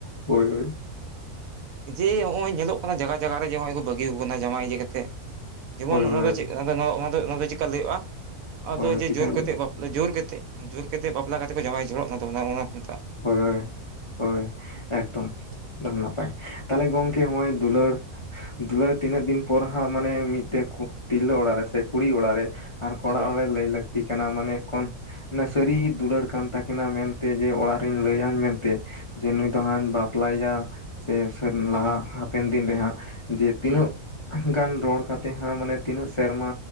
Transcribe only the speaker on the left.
ᱦᱳᱭ ᱦᱳᱭ ᱾
ᱦᱳᱭ ᱦᱳᱭ
ᱦᱳᱭ ᱦᱳᱭ
ᱴᱷᱤᱠᱟᱹᱱ
ᱦᱳᱭ
ᱦᱳᱭ, ᱦᱳᱭ, ᱦᱚᱭ ᱮᱠᱫᱚᱢ, ᱮᱠᱫᱚᱢ ᱱᱟᱯᱟᱭ ᱾ ᱛᱟᱦᱟᱞᱮ, ᱜᱚᱝ ᱝᱠᱮ ᱦᱚᱸᱜᱼᱚᱭ, ᱫᱩᱞᱟᱹᱲ, ᱫᱩᱞᱟᱹᱲ ᱛᱤᱱᱟᱹᱜ ᱫᱤᱱ ᱯᱚᱨ ᱦᱟᱸᱜ, ᱢᱟᱱᱮ ᱢᱤᱫᱴᱮᱡ ᱛᱤᱨᱞᱟᱹ ᱚᱸᱴᱲᱟᱜ ᱨᱮ, ᱥᱮ ᱠᱩᱲᱤ ᱚᱲᱟᱜ ᱨᱮ, ᱟᱨ ᱠᱚᱲᱟ
ᱚᱲᱟᱜ ᱨᱮ, ᱞᱟᱹᱭ ᱞᱮ ᱞᱟᱹᱠᱛᱤ ᱠᱟᱱᱟ ᱾ ᱢᱟᱱᱮ ᱮᱠᱷᱚᱱ, ᱥᱟᱹᱨᱤ ᱫᱩᱞᱟᱹᱲ ᱠᱟᱱ ᱛᱟᱹᱠᱤᱱᱟ, ᱢᱮᱱᱛᱮ ᱡᱮ, ᱚᱲᱟᱜ ᱯᱤᱭᱟᱧ ᱞᱟᱹᱭᱟᱧ ᱢᱮᱱᱛᱮ, ᱡᱮ ᱱᱩᱭ ᱫᱚ ᱦᱟᱸᱜ, ᱤᱧ ᱵᱟᱯᱞᱟ ᱭᱮᱭᱟ ᱥᱮ ᱥᱮᱨ ᱞᱟᱦᱟ, ᱦᱟᱯᱮᱱ ᱫᱤᱱ ᱨᱮ ᱦᱟᱸᱜ, ᱡᱮ ᱛᱤᱱᱟᱹᱜ
ᱜᱟᱱ ᱨᱚᱲ ᱠᱟᱛᱮᱜ ᱦᱟᱸᱜ ᱢᱟᱱᱮ ᱛᱤᱱᱟᱹᱜ ᱥᱮᱨᱢᱟ